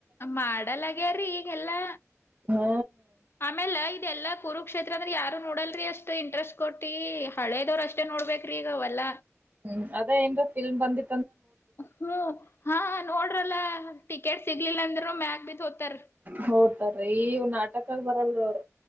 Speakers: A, on the left (about 50°); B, on the right (about 35°).
A: ಮಾಡಲಗ್ಯಾರಿೀ ಈಗೆಲ್ಲಾ
B: ಹಾ
A: ಆಮೇಲೆ ಇದೆಲ್ಲಾ ಕುರುಕ್ಷೇತ್ರ ಅಂದ್ರ ಯಾರು ನೋಡಲ್ರಿ ಅಷ್ಟ್ ಇಂಟ್ರೆಸ್ಟ್ ಕೊಟ್ಟಿ ಹಳೇದವ್ರ ಅಷ್ಟೇ ನೋಡ್ಬೇ್ರಿಗ ಅವಲ್ಲ
B: ಹ್ಮ್ ಅದೇ ಏನ್ಫಿಲ್ಮ್ ಬಂದಿ
A: ಹ್ಮ್ ಹಾ ನೋಡ್ರಲ್ಲ ಟಿಕೆಟ್ ಸಿಗ್ಲಿಲ್ಲ ಅಂದ್ರ ಮ್ಯಾಗ ಬಿತ್ ಹೋತಾರ
B: ಹೋತಾರ ಈ ನಾಟಕಾಗ ಬರಲ್ರೀ ಅವ್ರ